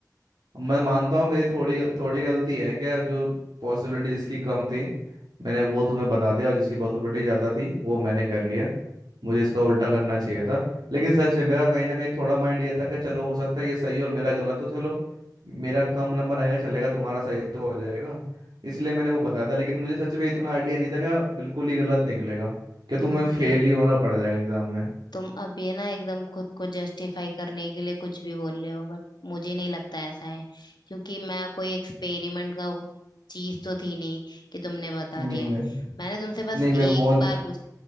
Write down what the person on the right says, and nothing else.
मैं मानता हूँ मेरी थोड़ी गल- थोड़ी गलती है क्या जो पॉसिबिलिटी जिसकी कम थी मैंने वो तुम्हें बता दिया और जिसकी पॉसिबिलिटी ज़्यादा थी वो मैंने कर लिया मुझे इसका उल्टा करना चाहिए था लेकिन सच है, मेरा कहीं ना कहीं थोड़ा माइंड ये था कि चलो हो सकता है ये सही है और मेरा गलत हो चलो मेरा कम नंबर आएगा चलेगा तुम्हारा सही तो हो जाएगा इसलिए मैंने वो बताया था लेकिन मुझे सच में इतना आइडिया नहीं था कि बिल्कुल ही गलत निकलेगा कि तुम्हें
फेल ही होना पड़ जाएगा एग्जाम में
नहीं
मैं
नहीं मैं
वो